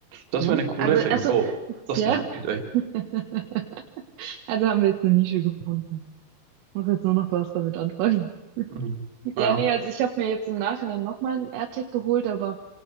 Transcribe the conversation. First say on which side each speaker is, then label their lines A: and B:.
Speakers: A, on the right; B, on the right.
A: Das
B: Ne?
A: wäre eine coole
B: Also,
A: Erfindung.
B: also,
A: Oh, das
B: ja.
A: ist eine gute Idee.
B: <laughs> Also haben wir jetzt eine Nische gefunden. Muss jetzt nur noch was damit anfangen.
A: Mhm.
B: Ja,
A: Ah Ja,
B: nee, also ich habe mir jetzt im Nachhinein nochmal einen AirTag geholt, aber